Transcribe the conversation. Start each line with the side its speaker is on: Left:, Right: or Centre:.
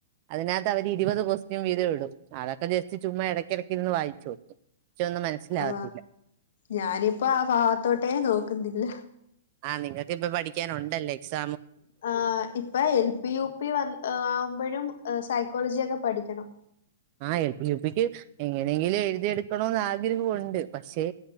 Right: അതിന കത്ത് അവരിരുപത് കൊസ്റ്റ്യൻ വീതം ഇടും അതൊക്കെ ജസ്റ്റ് ചുമ്മാ ഇടയ്ക്കിടയ്ക്ക് നിന്ന് വായിച്ചു നോക്കും പക്ഷെ ഒന്നും മനസ്സിലാവത്തില്ല
Left: ആ ഞാനിപ്പോ ആ ഭാഗത്തോട്ടേ നോക്കുന്നില്ല
Right: നിങ്ങൾക്ക് ഇപ്പ പഠിക്കാനുണ്ടല്ലോ എക്സാം
Left: ആ ഇപ്പ എൽ പി യു പി വ ആവുമ്പോഴും സൈകോളേജിയൊക്കെ പഠിക്കണം
Right: ആ എൽ പി യുപിക്ക് എങ്ങനെങ്കിലും എഴുതിയെടുക്കണോന്ന് ആഗ്രഹമുണ്ട് പക്ഷേ